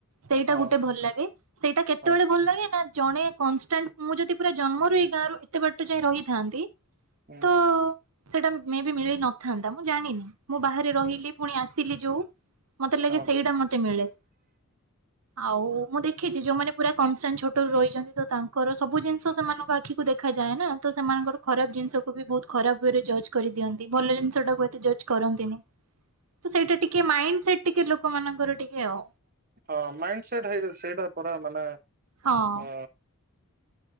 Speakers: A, on the right (about 85°); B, on the right (about 40°).
A: ସେଇଟା
B: ହଁ
A: ଗୋଟେ ଭଲ ଲାଗେ। ସେଇଟା କେତେବେଳେ
B: ହଁ
A: ଭଲ ଲାଗେ, ନା ଜଣେ କନଷ୍ଟାଣ୍ଟ ମୁଁ ଯଦି ପୁରା ଜନ୍ମରୁ ଏଇ ଗାଁରୁ ଏତେ ବାଟ ଯାଏ ରହିି ଥାନ୍ତି।
B: ହୁଁ।
A: ତ ସେଟା ମେ ବି ମିଳେଇ ନଥାନ୍ତା, ମୁଁ ଜାଣିନି ମୁଁ ବାହାରେ ରହିଲି, ପୁଣି ଆସିଲି ଯୋଉ ମତେ ଲାଗେ,
B: ହଁ।
A: ସେଇଟା ମତେ ମିଳେ। ଆଉ, ମୁଁ ଦେଖିଛି ଯୋଉମାନେ ପୁରା କନଷ୍ଟାଣ୍ଟ ଛୋଟରୁ ରହିଛନ୍ତି, ତ ତାଙ୍କର ସବୁ ଜିନିଷ ସେମାନଙ୍କୁ ଆ ଆଖିକୁ ଦେଖାଯାଏ ନା। ତ ସେମାନଙ୍କର ଖରାପ ଜିନିଷକୁ ବି ବହୁତ ଖରାପ ଓେୟ ରେ ଜଜ୍ କରିଦିଅନ୍ତି, ଭଲ ଜିନିଷ ଟାକୁ ଏତେ ଜଜ୍ କରନ୍ତି ନି। ତ, ସେଇଟା ଟିକେ ମାଇଣ୍ଡ ସେଟ୍, ଟିକେ ଲୋକମାନଙ୍କର ଟିକେ ଆଉ।
B: ହଁ, ମାଇଣ୍ଡ ସେଟ ହେଇ, ସେଇଟା ପରା ମାନେ
A: ହଁ।
B: ଅ